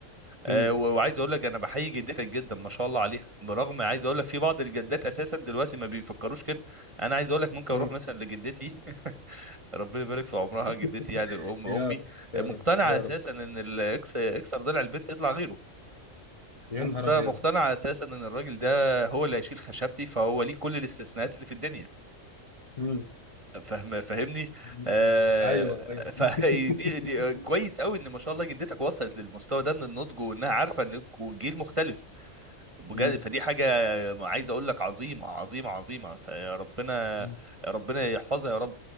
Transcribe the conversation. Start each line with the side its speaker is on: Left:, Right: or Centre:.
Right: أه
Left: امم
Right: و- وعايز اقول لك انا بحيي جدتك جدا ما شاء الله عليها برغم عايز اقول لك في بعض الجدات اساسا دلوقتي ما بيفكروش كده انا عايز اقول لك ممكن
Left: امم
Right: اروح مثلا لجدتي ربنا يبارك في عمرها
Left: <laughs>
Right: جدتي يعني ام امي
Left: يا رب يا
Right: مقتنعه
Left: رب يا
Right: اساسا
Left: رب
Right: ان الاكس اكسر ضلع البنت يطلع غيره
Left: يا
Right: مقت-
Left: نهار
Right: مقتنعه
Left: ابيض
Right: اساسا ان الراجل ده هو اللي هيشيل خشبتي فهو ليه كل الاستثناءات اللي في الدنيا
Left: مم.
Right: فاهم فاهمني
Left: مم.
Right: آه
Left: ايوه ايوه
Right: <laughs> فدي
Left: <laughs>
Right: دي دي- كويس قوي ان ما شاء الله جدتك وصلت للمستوى ده من النضج وانها عارفه ان الجيل مختلف بجد
Left: مم.
Right: فدي حاجة عايز أقول لك عظيمة عظيمة عظيمة فربنا
Left: مم.
Right: ربنا يحفظها يا رب